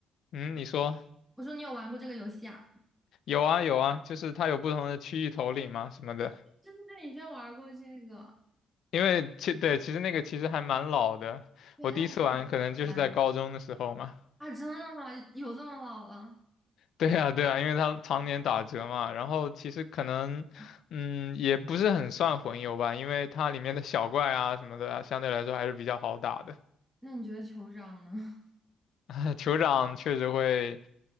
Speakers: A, on the left; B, in the centre.
A: 嗯，你说
B: 我说你有玩过这个游戏啊？<laughs>
A: 有啊有啊，就是它有不同的区域头领嘛什么的，
B: 对对对，你居然玩过这个？
A: 因为其对其实那个其实还蛮老的，
B: 对，
A: 我第一次玩可能就是在高中的时候嘛。
B: 那就玩
A: <laughs>
B: 啊，真的吗？有这么老了？
A: 对啊，对啊，因为它常年打折嘛，然后其实可能，
B: 啊，
A: 嗯，也不是很算混游吧，因为它里面的小怪啊什么的啊，相对来说还是比较好打的。
B: 那你觉得酋长呢？
A: <laughs> 酋长确实会